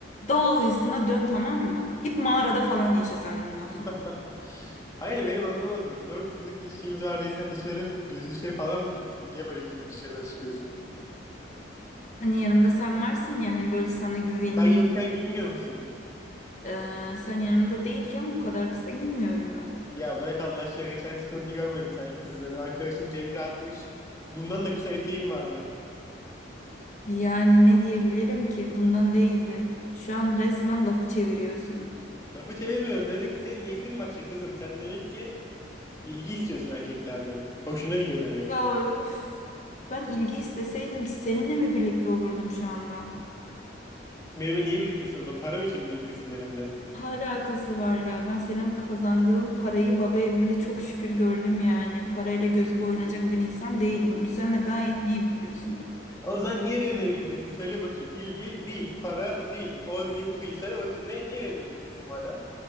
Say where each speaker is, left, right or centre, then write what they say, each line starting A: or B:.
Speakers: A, on the left; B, on the left.
A: dağ ayısına dön tamam mı? Git mağarada falan yaşa sen bundan sonra.
B: <laughs> Hayır benim anlamadım. dört yıllık ilişkimiz var diye sen dışarı gözü dışarı falan mı diktin? Niye böyle giyinip dışarılara çıkıyorsun?
A: Hani yanımda sen varsın ya hani böyle sana güveneyim.
B: Ben yokken giymiyor musun?
A: Ee, sen yanımda değilken bu kadar kısa giymiyorum ben.
B: Ya bırak Allah aşkına geçen story'ni görmedim sanki kızların. Arkadaşın Cemre atmış. Bundan da kısa eteğim vardı.
A: Yani ne diyebilirim ki? Bundan değildi. Şu an resmen lafı çeviriyorsun.
B: Lafı çevirmiyorum. Demek ki senin niyetin başka kızım. Sen demek ki İlgi istiyorsun erkeklerden. Hoşuna gidiyor demek
A: Ya
B: ki.
A: üf. Ben ilgi isteseydim seninle mi birlikte olurdum şu anda?
B: Benimle niye birliktesin o zaman? Param için birliktesin benimle?
A: Hala alakası var ya. Ben senin kazandığın parayı baba evinde çok şükür gördüm yani. Parayla gözü boyanacak bir insan değilim. Bunu sen de gayet iyi biliyorsun.
B: O zaman niye benimle birliktesin? Söyle bakayım. İlgi değil, para değil, o değil, bu değil. Söyle bakayım. Ne, niye benimle birliktesin madem?